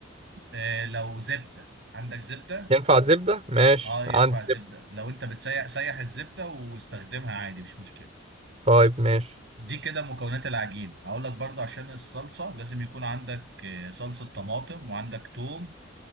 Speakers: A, on the right (about 60°); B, on the right (about 30°).
A: اه لو زبده عندك زبده
B: ينفع زبده ماشي
A: اه ينفع
B: عندي
A: زبده
B: زبده
A: لو انت بتسيح سيح الزبده واستخدمها عادي مش مشكله
B: طيب ماشي
A: دي كده مكونات العجين هقول لك برضه عشان الصلصه لازم يكون عندك آه، صلصه طماطم وعندك توم